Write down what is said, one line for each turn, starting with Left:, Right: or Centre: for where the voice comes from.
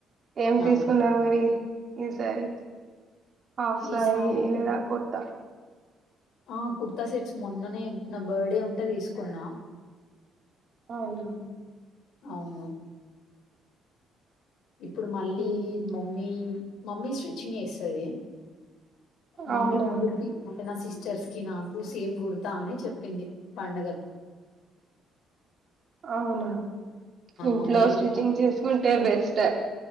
Right: ఏం తీసుకున్నారు
Left: అవును.
Right: మరి ఈసారి హాఫ్ సారి
Left: ఈసారి
Right: ఇ లేదా కుర్తా
Left: ఆ కుర్తా సెట్స్ మొన్ననే నా బర్త్డే ఉంటే తీసుకున్న
Right: అవునా
Left: అవును ఇప్పుడు మళ్ళీ
Right: ఉమ్.
Left: మమ్మీ మమ్మీ స్టిచ్చింగ్ చేస్తది మమ్మీ
Right: అవునా
Left: ముగ్గురికి ఒకే లాగా స్టిచింగ్ సిస్టర్స్ కి నాకు సేమ్ గుడతా అని చెప్పింది పండుగ
Right: అవునా ఇంట్లో
Left: మమ్మీయే కుడతాంది
Right: స్టిచింగ్ చేసుకుంటే బెస్ట్